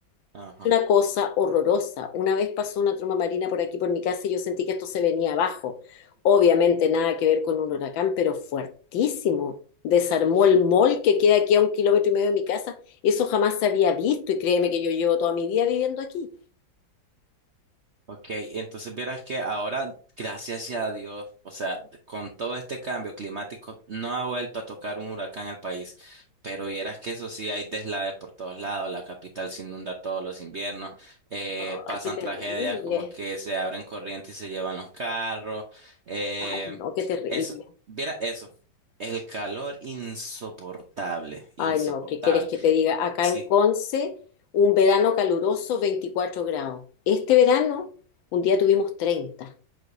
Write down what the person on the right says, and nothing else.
ajá.
Ok, entonces vieras que ahora, gracias a Dios, o sea, con todo este cambio climático, no ha vuelto a tocar un huracán al país, pero vieras que eso sí, hay deslaves por todos lados, la capital se inunda todos los inviernos, eh,
pasan
tragedias como que se abren corrientes y se llevan los carros, eh,
eso, viera eso, el calor insoportable, insoportable.
Sí,